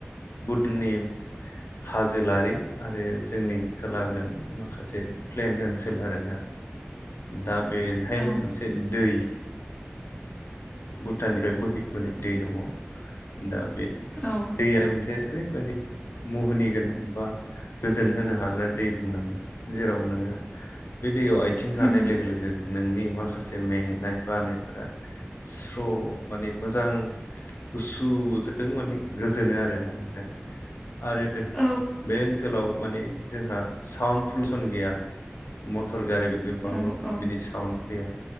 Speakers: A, on the left; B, in the centre.
A: भुटुनिम हाजोलारि आरो जोंनि खोलाजों माखासे प्लेन ओनसोल आरोना दा बेहायनो
B: औ
A: मोनसे दै भुटाननिफ्राय बोहैबोनाय दै दङ दा बे
B: औ
A: दैयानो मोनसे ओरैबायदि मुहुनि गोनां बा गोजोन होनो हाग्रा दै बुंनांगोन जेराव नोङो बे दैयाव आइथिं गानाय
B: उम
A: लोगो लोगो नोंनि माखासे मेंनाय बानायफोरा स्र' माने मोजां गुसुजों माने गोजोनो आरोना नोंथां। आरो
B: औ
A: बे ओनसोलाव माने जोंहा साउन्ड पलुसन गैया मटर गारिबो
B: औ
A: मा
B: औ
A: बिदि साउन्ड फैया।